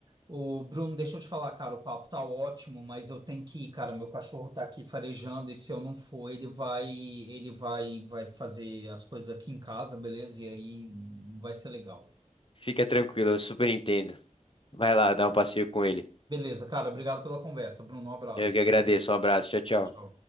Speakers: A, on the right; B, on the left.
A: Ô, Bruno, deixa eu te falar, cara, o papo tá ótimo, mas eu tenho que ir, cara. Meu cachorro tá aqui farejando e se eu não for, ele vai, ele vai, vai fazer as coisas aqui em casa, beleza? E aí não vai ser legal.
B: Fica tranquilo, eu super entendo. Vai lá, dá um passeio com ele.
A: Beleza, cara. Obrigado pela conversa, Bruno. Um abraço.
B: Eu que agradeço. Um abraço. Tchau, tchau.
A: Tchau, tchau.